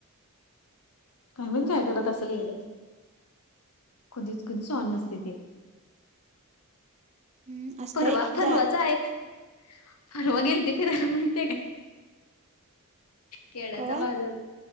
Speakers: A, on the left; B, on the right.
A: काय माहित करत असल येडं, कधीच, कधीच, ऑन नसत ते
B: हम्म असत्या
A: परवा
B: एक एकदा
A: फरवा चा एक फरवा गेलते फिरायला महीतीय काय केड्याचा
B: कवा
A: बाजार